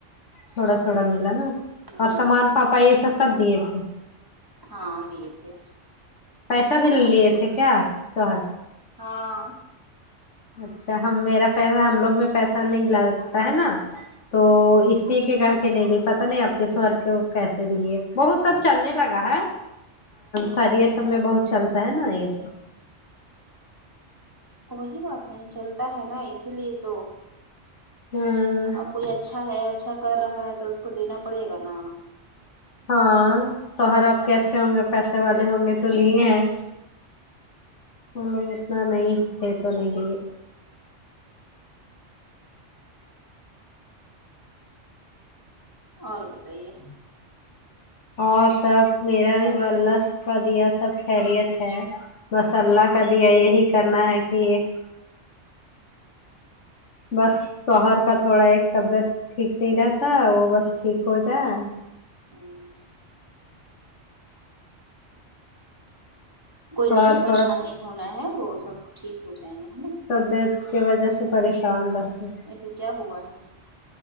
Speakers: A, on the left; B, on the right.
A: تھوڑا تھوڑا ملا نا
B: ہوں
A: اور سامان پاپا یے سب سب دیے تھے
B: ہاں دیے تھے
A: پیسہ بھیے لیے تھے کیا شہر
B: ہاں
A: اچھا ہم میرا پیسہ ہم لوگ میں پیسہ نہیں لگتا ہے نا تو اسی کے کہ کے نہیں لیے پتہ نہیں آپ کے سوہر کے کیسے لیے بہت اب چلنے لگا ہے
B: ہوں
A: سر یے سب میں بہت چلتا ہے نا یے سب
B: وہی بات نہیں چلتا ہے نا اسی لیے تو
A: ہ
B: اب کوئی اچھا ہے اچھا کر رہا ہے تو اس کو دینا پڑے گا نا
A: ہاں شوہر آپ کے اچھے ہوں گے پیسے والے ہوں گے تو لیے ہیں ہم لوگ اتنا نہیں تھے تو نہیں لیے
B: اور بتائیے
A: اور سب میرا بھی بس اللہ کادیا سب خیریت ہے بس اللہ کا دیا یہی کرنا ہے کہ ایک بس شوہر کا تھوڑا ایک طبیعت ٹھیک نہیں رہتا وہ بس ٹھیک ہو جائے
B: ہوں کوئی
A: شوہر
B: نہیں پریشان
A: تھوڑا
B: نہیں ہونا ہے وہ سب ٹھیک ہو جائیں گے ہے نا
A: طبیعت کی وجہ سے پریشان رہتے
B: ایسے کیا ہوا ہے